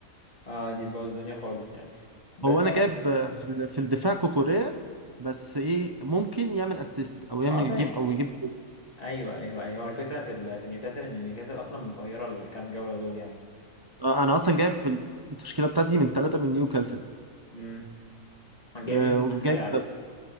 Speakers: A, on the left; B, on the right.
A: اه دي تبوظ الدنيا خالص يعني بس
B: هو انا
A: اه
B: جايب آه، في ال- في الدفاع كوكوريا بس ايه ممكن يعمل اسيست او يعمل
A: اه باك
B: يجيب او يجيب
A: ايوه ايوه ايوه هو الفكره في ال... في نيوكاسل ان نيوكاسل اصلا مفيره الكام جوله دول يعني
B: آه، انا اصلا جايب في التشكيله بتاعتي من ثلاثه من نيوكاسل
A: امم جايب
B: آه،
A: مين في خط
B: وجايب
A: دفاعك